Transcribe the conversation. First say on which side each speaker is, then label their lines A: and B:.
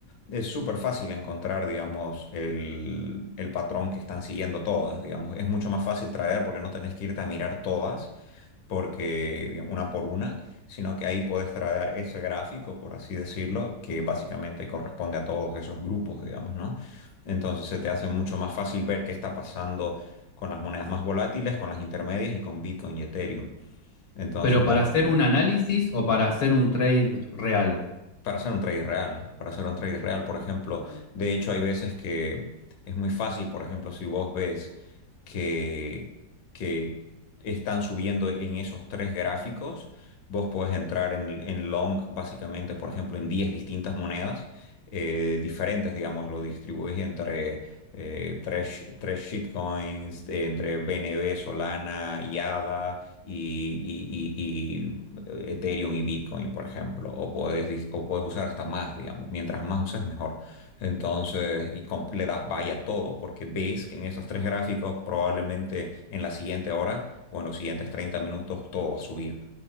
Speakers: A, on the left; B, on the left.
A: Es súper fácil encontrar, digamos, el, el patrón que están siguiendo todas, digamos. Es mucho más fácil traer porque no tenés que irte a mirar todas porque digamos, una por una, sino que ahí puedes traer ese gráfico, por así decirlo, que básicamente corresponde a todos esos grupos, digamos, ¿no? Entonces se te hace mucho más fácil ver qué está pasando con las monedas más volátiles, con las intermedias y con Bitcoin y Ethereum. Entonces
B: Pero
A: vos
B: para hacer un análisis o para hacer un trade real.
A: Para hacer un trade real, para hacer un trade real, por ejemplo,
B: Ah.
A: de hecho hay veces que es muy fácil, por ejemplo, si vos ves que, que están subiendo en esos tres gráficos, vos podés entrar en, en long, básicamente, por ejemplo, en 10 distintas monedas eh, diferentes, digamos, lo distribuís entre eh, tres, tres shitcoins, eh, entre BNB, Solana y ADA y, y- y- y eh, Ethereum y Bitcoin, por ejemplo, o puedes, dis- o puedes usar hasta más, digamos, mientras más uses mejor. Entonces, y com- le das buy a todo, porque ves que en esos tres gráficos probablemente en la siguiente hora o en los siguientes 30 minutos todo va a subir.